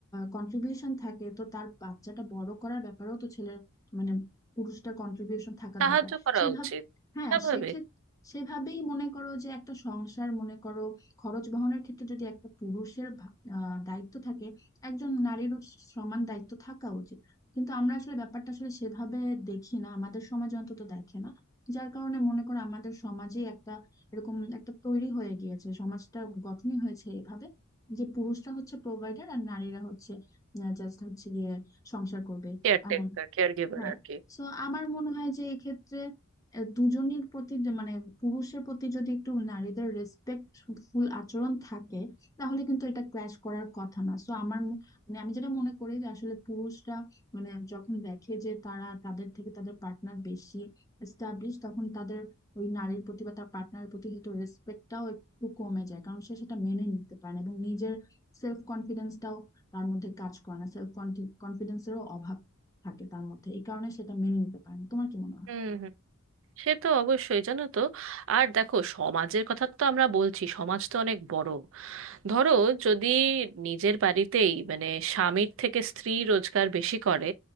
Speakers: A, on the left; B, on the right.
A: কন্ট্রিবিউশন থাকে তো তার বাচ্চাটা বড় করার ব্যাপারেও তো ছেলের মানে পুরুষটা কন্ট্রিবিউশন থাকা
B: সাহায্য
A: দরকার
B: করা
A: সেভাবে
B: উচিত
A: হ্যাঁ
B: স্বাভাবিক
A: সেক্ষেত্রে সেভাবেই মনে করো যে একটা সংসার মনে করো খরচ বহনের ক্ষেত্রে যদি একটা পুরুষের ভা- আহ, দায়িত্ব থাকে একজন নারীরও সমান দায়িত্ব থাকা উচিত কিন্তু আমরা আসলে ব্যাপারটা আসলে সেভাবে দেখি না আমাদের সমাজ অন্তত দেখে না যার কারণে মনে করো আমাদের সমাজে একটা এরকম একটা তৈরি হয়ে গিয়েছে সমাজটা গঠনই হয়েছে এভাবে যে পুরুষরা হচ্ছে প্রোভাইডার আর নারীরা হচ্ছে জাস্ট হচ্ছে গিয়ে সংসার করবে
B: কেয়ারটেকার
A: এমন
B: কেয়ার গিভার
A: হ্যাঁ
B: আর কি
A: সো আমার মনে হয় যে এক্ষেত্রে আহ, দুজনের প্রতি যে মানে পুরুষের প্রতি যদি একটু নারীদের রেসপেক্টফুল আচরণ থাকে তাহলে কিন্তু এটা ক্ল্যাশ করার কথা না সো আমার ম- মানে আমি যেটা মনে করি যে আসলে পুরুষরা মানে যখন দেখে যে তারা তাদের থেকে তাদের পার্টনার বেশি এস্টাবলিশ তখন তাদের ওই নারীর প্রতি বা তার পার্টনারের প্রতি হয়তো রেসপেক্টটাও একটু কমে যায় কারণ সে সেটা মেনে নিতে পারে না এবং নিজের সেলফ কনফিডেন্সটাও তার মধ্যে কাজ করে না সেলফ কনফিডেন্সেরও অভাব থাকে তার মধ্যে এই কারণে সেটা মেনে নিতে পারে না তোমার কি মনে হয়
B: হুম হুম সে তো অবশ্যই জানো তো আর দেখো সমাজের কথা তো আমরা বলছি সমাজ তো অনেক বড় ধরো যদি নিজের বাড়িতেই মানে স্বামীর থেকে স্ত্রী রোজগার বেশি করে